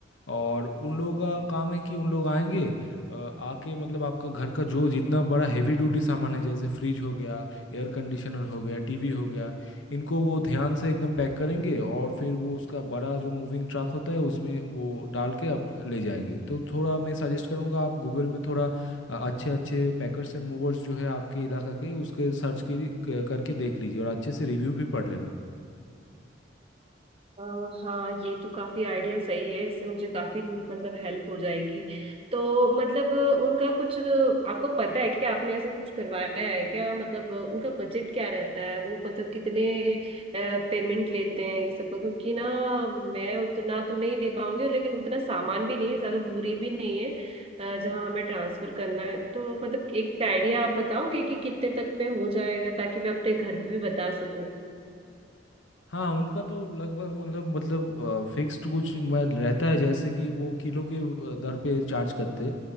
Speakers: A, on the left; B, on the right.
A: और उन लोगों का काम है कि उन लोग आएंगे अ, आके मतलब आपका घर का जो जितना बड़ा हैवी ड्यूटी सामान है जैसे फ्रिज हो गया एयर कंडीशनर हो गया टीवी हो गया इनको वो ध्यान से एकदम पैक करेंगे और फिर वो उसका बड़ा जो मूविंग ट्रक होता है उसमें वो डाल के आप ले जाएंगे तो थोड़ा मैं सजेस्ट करूँगा आप गूगल में थोड़ा अ- अच्छे अच्छे पैकर्स एंड मूवर्स जो है आपके इलाका के उसके सर्च की क- करके देख लीजिए और अच्छे से रिव्यू भी पढ़ लेना
B: अ, हाँ ये तो काफी आइडिया सही है इससे मुझे काफी मतलब हेल्प हो जाएगी तो मतलब अ, उनका कुछ अ, आपको पता है क्या आपने ऐसा कुछ करवाया है क्या मतलब अ, उनका बजट क्या रहता है वो मतलब कितने पेमेंट लेते हैं ये सबका क्योंकि ना मैं उतना तो नहीं दे पाऊंगी लेकिन उतना सामान भी नहीं है ज्यादा दूरी भी नहीं है अ, जहाँ हमें ट्रांसफर करना है तो मतलब एक आइडिया आप बताओगे कि कितने तक में हो जाएगा ताकि मैं अपने घर पे भी बता सकूं
A: हाँ उनका तो लगभग मतलब मतलब फिक्स्ड कुछ मैं रहता है जैसे कि वो किलो के अ, दर पे चार्ज करते